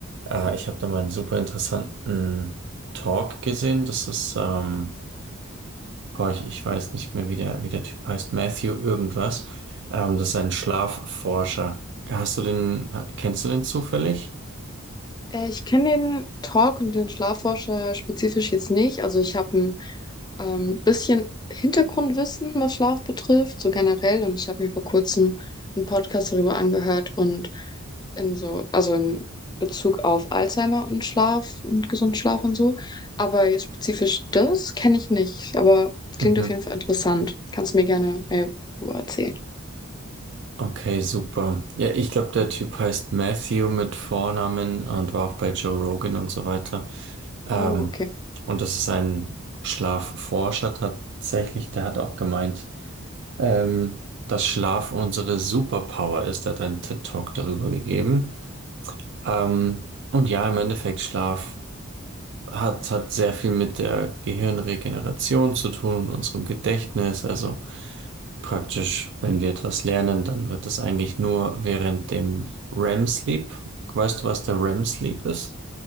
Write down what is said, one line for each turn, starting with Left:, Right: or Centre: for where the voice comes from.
Right: äh, ich habe da mal einen super interessanten Talk gesehen. Das ist ähm, Boah, ich, ich weiß nicht mehr, wie der, wie der Typ heißt. Matthew irgendwas. Ähm, das ist ein Schlafforscher. Hast du den, ha- kennst du den zufällig?
Left: Äh, ich kenne den Talk und den Schlafforscher spezifisch jetzt nicht. Also ich habe ein ähm, bisschen Hintergrundwissen, was Schlaf betrifft, so generell. Und ich habe mir vor kurzem einen Podcast darüber angehört und in so, also in Bezug auf Alzheimer und Schlaf und gesunden Schlaf und so. Aber jetzt spezifisch das kenne ich nicht. Aber klingt
Right: Mhm.
Left: auf jeden Fall interessant. Kannst du mir gerne mehr darüber erzählen.
Right: Okay, super. Ja, ich glaube, der Typ heißt Matthew mit Vornamen und war auch bei Joe Rogan und so weiter. Ähm,
Left: Oh, okay.
Right: und das ist ein Schlafforscher tatsächlich. Der hat auch gemeint, ähm, dass Schlaf unsere Superpower ist. Der hat einen TED-Talk darüber gegeben. Ähm, und ja, im Endeffekt Schlaf. hat, hat sehr viel mit der Gehirnregeneration zu tun und unserem Gedächtnis. Also praktisch, wenn wir etwas lernen, dann wird das eigentlich nur während dem REM-Sleep. Weißt du, was der REM-Sleep ist?